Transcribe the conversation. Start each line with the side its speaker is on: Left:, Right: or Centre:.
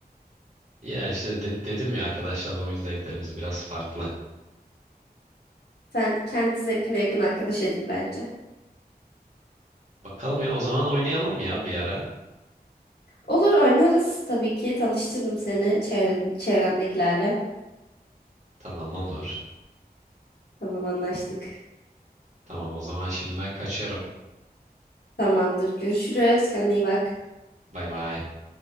Right: Ya işte de- dedim ya arkadaşlarla oyun zevklerimiz biraz farklı.
Left: <laughs> Sen kendi zevkine yakın arkadaş edin bence.
Right: Bakalım ya o zaman oynayalım ya bir ara.
Left: Olur oynarız tabii ki. Tanıştırırım seni çevredim, çevremdekilerle.
Right: Tamam olur.
Left: Tamam anlaştık.
Right: Tamam o zaman şimdi ben kaçıyorum.
Left: Tamamdır. Görüşürüz. Kendine iyi bak.
Right: Bay bay.